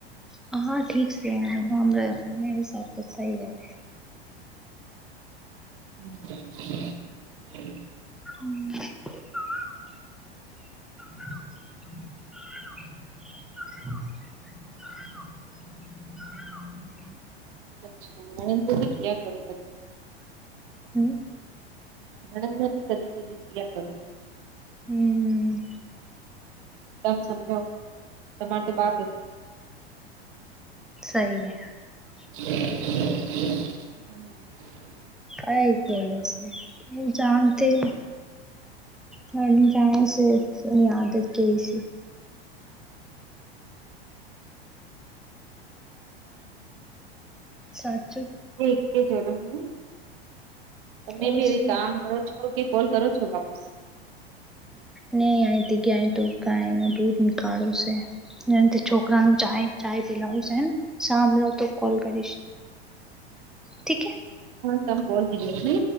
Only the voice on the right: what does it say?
અચ <inaudible>
અચ્છા મેી ક કર
મેડમ મે ભી કદી કદી ક કરું
તમ સમજાવ તમારી તો બાત
હમ
એક કે ચલો હેને તમે
બી એવી
કામ કરો છો કે કોલ કરો છો વાપસ
તમે બોલ દીજો હે.